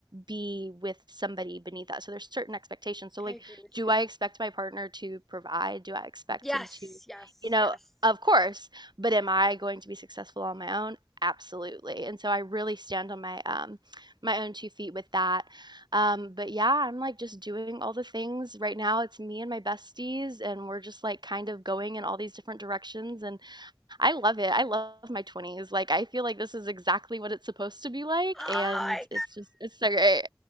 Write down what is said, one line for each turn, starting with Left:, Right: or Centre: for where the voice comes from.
Right: be with somebody beneath that. So there's certain expectations. So like,
Centre: I agree with
Right: do
Centre: you.
Right: I expect my partner to provide? Do I expect
Centre: Yes,
Right: him to
Centre: yes,
Right: you know,
Centre: yes.
Right: of course, but am I going to be successful on my own? Absolutely. And so I really stand on my um my own two feet with that. Um but yeah, I'm like just doing all the things right now. It's me and my besties and we're just like kind of going in all these different directions and I love it. I love my 20s. Like I feel like this is exactly what it's supposed to be like
Centre: Oh my
Right: and it's just it's so great.